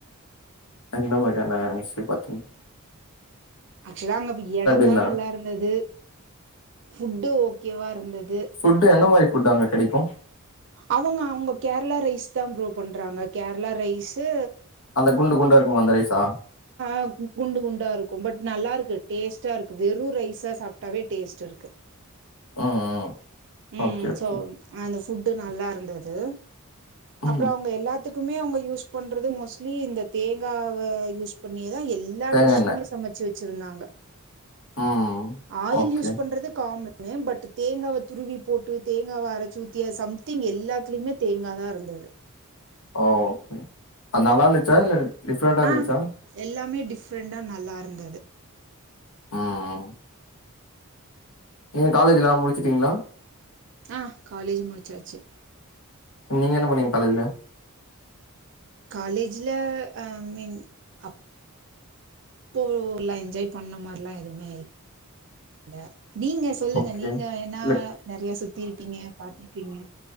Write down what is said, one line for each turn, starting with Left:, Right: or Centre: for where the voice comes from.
Left: அந்த மாரியான விஸ்யோ பாத்திங்
Right: ஆக்சுவலா அங்க எடந்தா
Left: இருந்தாங்க
Right: நல்லாருந்தது ஃபுட்டு ஓகேவாருந்தத்
Left: ஃபுட்டு என்ன மாரி ஃபுட்டு அங்க கெடைக்கு
Right: அவுங்க அவுங்க கேரளா ரைஸ் தா ப்ரோ பண்றாங்க கேரளா ரைஸ்ஸூ
Left: அந்த குண்டு குண்டாருக்குமே அந்த ரைசா
Right: அ குண்டு குண்டாருக்கு பட் நல்லாருக்கு டேஸ்ட்டாருக்கு வெறு ரைஸா சாப்ட்டாவே டேஸ்ட் இருக்கு
Left: ம் ம்
Right: ம்
Left: ஓகே ஓகே
Right: சோ அந்த ஃபுட்டு நல்லாருந்தது அப்றோ
Left: ம்
Right: அவுங்க எல்லாத்துக்குமே அவுங்க யூஸ் பண்றது மோஸ்ட்லி இந்த தேங்காவ யூஸ் பண்ணியேதா எல்லா
Left: தேங்கா
Right: டிஷ்ஷுமே
Left: எண்ண
Right: சமச்சி வெச்சிருந்தாங்க
Left: ம்
Right: ஆயில்
Left: ஓகே
Right: யூஸ் பண்றது காமன் வே பட்டு தேங்காவ துருவி போட்டு தேங்காவ அரச்சி ஊத்தி அ சம்திங் எல்லாத்லிமே தேங்காதா இருந்து அ
Left: ஓ ஓகே அது நல்லாருந்துச்சா இல்ல டிஃப்ரெண்டா இருந்துச்சா
Right: ஆ எல்லாமே டிஃப்ரண்டா நல்லா இருந்தது
Left: ஆ ஆ நீங்க காலேஜுல்லா முடிச்சிட்டீங்ளா
Right: ஆ காலேஜு முடிச்சாச்சி
Left: நீங்க என்ன பண்ணீங்க காலேஜ்ல
Right: காலேஜுல அ மின் அப் போல என்ஜாய் பண்ண மார்லா எதுவுமே இ ல நீங்க சொல்லுங்க
Left: ஓகே
Right: நீங்க ஏன்னா
Left: இல்ல
Right: நறையா சுத்தி இருப்பீங்க பாத்ருப்பீங்க